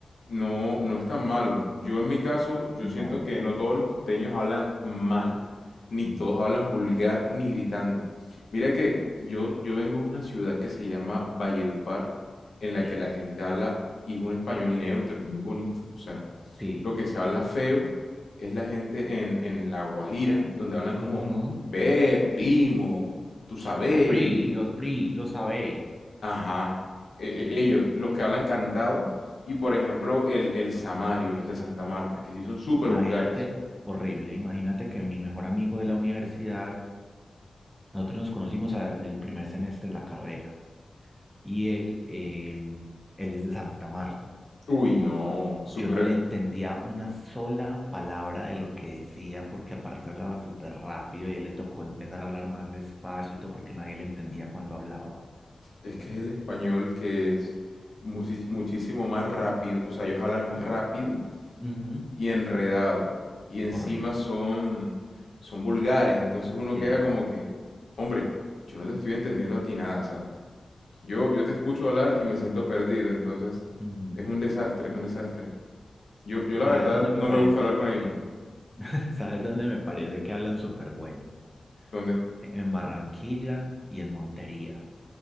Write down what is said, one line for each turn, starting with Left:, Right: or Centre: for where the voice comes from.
Left: no, no es tan malo. Yo en mi caso, yo
Centre: no,
Left: siento que no todos los costeños hablan mal, ni
Centre: no,
Left: todos hablan vulgar, ni gritando. Mira que yo, yo vengo de una ciudad que se llama Valledupar, en la
Centre: sí,
Left: que la gente habla y es un español neutro, muy bonito. O sea,
Centre: sí,
Left: lo que se habla feo es la gente en, en La Guajira, donde hablan como,
Centre: ujú.
Left: ve, primo, tú sabes,
Centre: Ay, PRI, los PRI, los sabéis,
Left: Ajá, e-
Centre: sí,
Left: e- ellos, los que hablan cantado, y por ejemplo el, el samario, los de Santa Marta, que sí son súper
Centre: Imagínate,
Left: vulgares.
Centre: horrible, imagínate que mi mejor amigo de la universidad, nosotros nos conocimos a- en el primer semestre de la carrera y él, eh, él es de Santa Marta.
Left: Uy, no, súper...
Centre: Yo no le entendía una sola palabra de lo que decía porque aparte hablaba súper rápido y él le tocó empezar a hablar más despacio y todo porque nadie le entendía cuando hablaba.
Left: Es que es el español que es musi- muchísimo más rápido, o sea, ellos hablan rápido
Centre: Ujú,
Left: y enredado, y encima
Centre: Horrible,
Left: son, son vulgares, entonces uno
Centre: sí.
Left: queda como que, hombre, yo no te estoy entendiendo a ti nada, ¿sabes? Yo, yo te escucho hablar y me siento perdido, entonces
Centre: ujú.
Left: es un desastre, es un desastre. Yo, yo la
Centre: ¿Sabes
Left: verdad
Centre: dónde me
Left: no
Centre: parece?
Left: me gusta hablar con ellos.
Centre: Dime, <laughs> ¿sabes dónde me parece que hablan súper bueno?
Left: ¿Dónde?
Centre: En Barranquilla y en Montería.